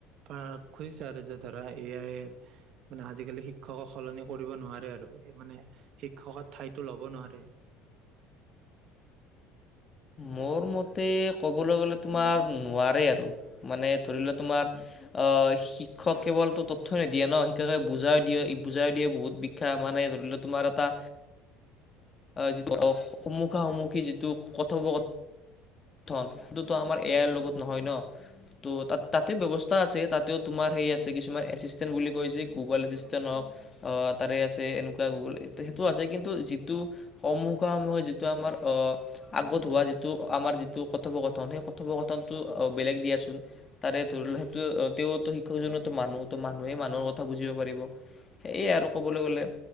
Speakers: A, on the right; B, on the left.
A: পাৰ খুজিছা আৰু যে ধৰা এয়াই মানে আজিকালি শিক্ষকক সলনি কৰিব নোৱাৰে আৰু মানে শিক্ষক ঠাইতো লব নোৱাৰে
B: মোৰ মতে কবলৈ গলে তোমাৰ নোৱাৰে আৰু মানে ধৰি লোৱা তোমাৰ আহ শিক্ষক কেৱলতো তথয়ই নিদিয়ে ন শিক্ষকে বুজাই দিয়ে বুজাই দিয়ে বহুত বিখ্যা মানে ধৰি লোৱা তোমাৰ এটা যিটো সমোখা সমোখি যিটো কথপ সেইটো আমাৰ এ আইৰ লগত নহয় ন ত' তাত তাতে ব্যৱস্থা আছে তাতেও তোমাৰ সেই আছে কিছুমান এচিষ্টেণ্ট বুলি কৈছে গুগল এচিষ্টেণ্ট হওক তাৰে আছে এনেকুৱা গুগল সেইটো আছে কিন্তু যিটো সম সমহে যিটো আমাৰ আহ আগত হোৱা যিটো আমাৰ যিটো কথোপকথন সেই কথোপকথনটো বেলেগ দিয়াচোন তাৰে ধৰি ল সেইটো তেওঁতো শিক্ষকজনে মানুহ ত মানুহে মানুহৰ কথা বুজিব পাৰিব সেয়াই আৰু ক'বলৈ গলে